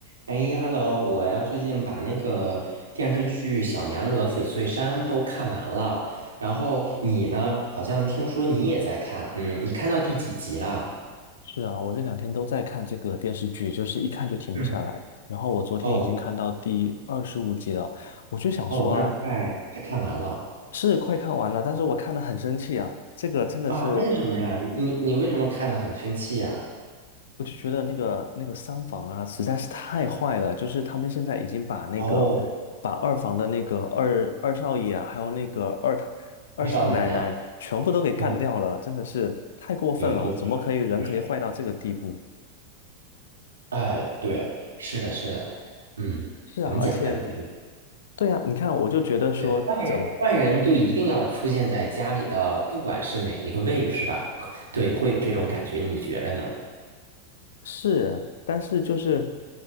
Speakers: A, on the right; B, on the left.
A: 哎，Hello，我呀最近把那个电视剧《小娘惹翡翠山》都看完了，然后你呢？好像听说你也在看，嗯，你看到第几集啦？
B: 是啊，我这两天都在看这个电视剧，就是一看就停不下来。
A: 嗯，
B: 然后我昨天已经看到第二十五集了，
A: 哦
B: 我就想说啊，
A: 哦，那快快看完了
B: 是快看完了，但是我看得很生气啊。这个真的是，
A: 啊？为什么呀？你你为什么看的很生气呀？
B: 我就觉得那个那个三房啊，实在是太坏了。就是他们现在已经把那个把二房的那个二二少爷啊，
A: 哦，
B: 还有那个二二少奶奶全部都给干掉了，
A: 二少奶奶，对
B: 真的是太过分了。
A: 对对对，
B: 怎么可以人可以坏到这个地步？
A: 就是，哎，对，是的，是的，嗯，
B: 是啊，
A: 怎么讲呢？
B: 而且。
A: 就是。
B: 对呀，你看，我就觉得说，
A: 对，坏人坏人就一定要出现在家里的，
B: 整
A: 不管是哪一个位置吧，可对，会有这种感觉，你觉着呢？
B: 是，但是就是